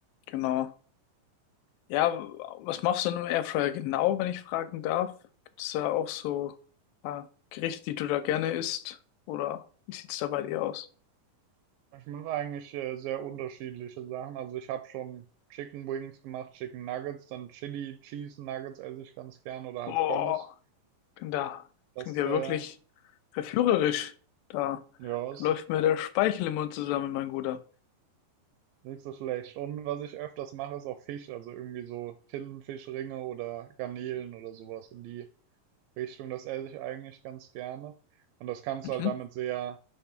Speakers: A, on the left; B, on the right.
A: Genau. Ja, was machst du in einem Airfryer genau, wenn ich fragen darf? Gibt es da auch so äh, Gerichte, die du da gerne isst? Oder wie sieht's da bei dir aus?
B: Ich mache eigentlich äh, sehr unterschiedliche Sachen. Also ich habe schon Chicken Wings gemacht, Chicken Nuggets, dann Chili Cheese Nuggets esse ich ganz gern oder halt
A: Boah,
B: Pommes.
A: bin da.
B: Das,
A: Klingt ja
B: äh,
A: wirklich verführerisch. Da,
B: ja,
A: da
B: ist
A: läuft mir der Speichel im Mund zusammen, mein Guter.
B: nicht so schlecht. Und was ich öfters mache, ist auch Fisch. Also irgendwie so Tintenfischringe oder Garnelen oder sowas in die Richtung. Das esse ich eigentlich ganz gerne. Und das kannst
A: Mhm.
B: du halt damit sehr,